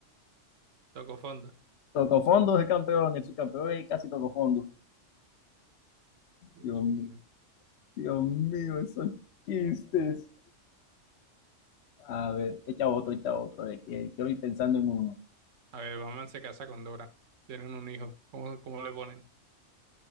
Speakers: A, on the right; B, on the left.
A: Tocó fondo.
B: Tocó fondo, es el campeón, el subcampeón y casi tocó fondo.
A: Dios
B: Dios mío,
A: mío.
B: Dios mío, esos chistes. A ver, echa otro, echa otro, de que quiero ir pensando en uno.
A: A ver, Batman se casa con Dora. Tienen un hijo. ¿Cómo, cómo le ponen?